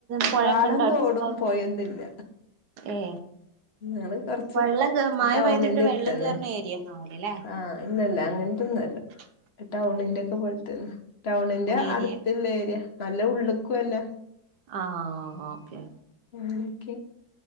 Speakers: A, on the right; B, on the left.
A: പുഴയൊക്കെ
B: പാടം
A: ഇണ്ട് അടുത്ത
B: തോടും
A: ഭാഗത്ത
B: പൊഴൊന്നുല്ല
A: ഏ
B: ഞങ്ങള് കൊറച്ച്
A: വെള്ളം കേറ മഴ
B: ടൗണിന്റെ
A: പെയ്തിട്ട് വെള്ളം
B: അടുത്തന്നെ
A: കേയറുന്ന ഏരിയന്ന ആവലല്ലേ ശബ്ദം ക്ലിയർ
B: ആഹ് ഇല്ലല്ല അങ്ങനത്തൊന്നല്ല
A: അല്ല
B: ടൗണിന്റെ ഒക്കെ പോലെതന്നെ ടൗണിന്റെ
A: ഏരിയ
B: അടുത്തല്ല ഏരിയ നല്ല ഉള്ളിക്കല്ല
A: ആ ഓക്കെ
B: അങ്ങനെക്കെ